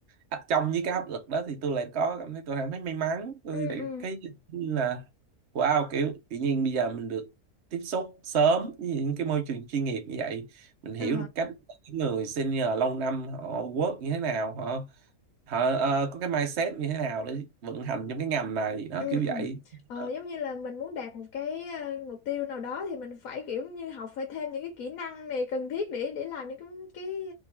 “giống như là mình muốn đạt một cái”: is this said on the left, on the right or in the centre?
Left